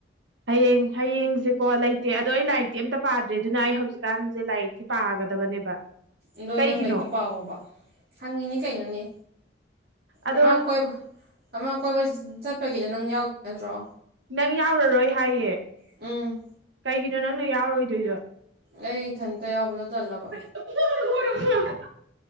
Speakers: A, on the right; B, on the right.
A: ꯍꯌꯦꯡ ꯍꯌꯦꯡꯁꯦꯀꯣ ꯂꯩꯇꯦ ꯑꯗꯣ ꯑꯩ ꯂꯥꯏꯔꯤꯛꯇꯤ ꯑꯝꯇ ꯄꯥꯗ꯭ꯔꯤ ꯑꯗꯨꯅ ꯑꯩ ꯍꯧꯖꯤꯛꯀꯥꯟꯁꯦ ꯂꯥꯏꯔꯤꯛ ꯇꯤ ꯄꯥꯒꯗꯕꯅꯦꯕ꯫
B: ꯑꯗꯣ
A: ꯀꯩꯒꯤꯅꯣ
B: ꯅꯪ ꯂꯥꯏꯛꯇꫭ ꯄꯥꯑꫭꯕ ꯍꯪꯉꯤꯅꯦ ꯀꯩꯅꯣꯅꯦ꯫
A: ꯑꯗꯣ
B: ꯑꯃꯥ ꯀꯣꯏꯕ ꯑꯃ ꯀꯣꯏꯕ ꯆꯠꯄꯒꯤꯗ ꯅꯪ ꯌꯥꯎ ꯗ꯭ꯔꯣ꯫
A: ꯅꯪ ꯌꯥꯎꯔꯔꯣꯏ ꯍꯥꯏꯌꯦ
B: ꯎꯝ
A: ꯀꯩꯒꯤꯅꯣ ꯅꯪꯅ ꯌꯥꯎꯔꯣꯏꯗꯣꯏꯗꯣ꯫
B: ꯑꯩ ꯏꯊꯟꯇ ꯌꯥꯎꯕꯗꯣ ꯇꯜꯂꯕ꯫
A: <unintelligible>